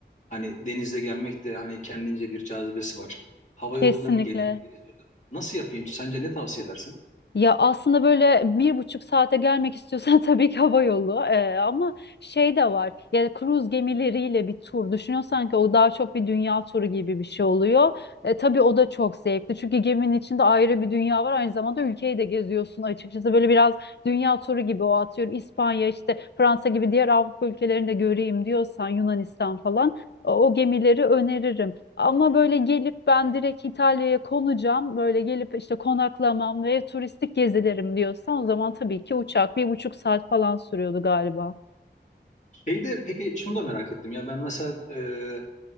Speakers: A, on the left; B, on the left.
A: hani denizle gelmek de hani kendince bir cazibesi var. Hava yoluyla
B: Kesinlikle.
A: mı geleyim, deniz yoluyla mı? Nasıl yapayım? Sence ne tavsiye edersin?
B: Ya aslında böyle bir buçuk saate gelmek istiyorsan <laughs> tabii ki hava yolu. Ee, ama şey de var. Ya kruz gemileriyle bir tur düşünüyorsan ki o daha çok bir dünya turu gibi bir şey oluyor. E, tabii o da çok zevkli. Çünkü geminin içinde ayrı bir dünya var. Aynı zamanda ülkeyi de geziyorsun açıkçası. Böyle biraz dünya turu gibi o atıyorum. İspanya işte Fransa gibi diğer Avrupa ülkelerini de göreyim diyorsan Yunanistan falan o o gemileri öneririm. Ama böyle gelip ben direkt İtalya'ya konacağım, böyle gelip işte konaklamam ve turistik gezilerim diyorsan o zaman tabii ki uçak bir buçuk saat falan sürüyordu galiba.
A: Şeyde peki şunu da merak ettim ya ben mesela e,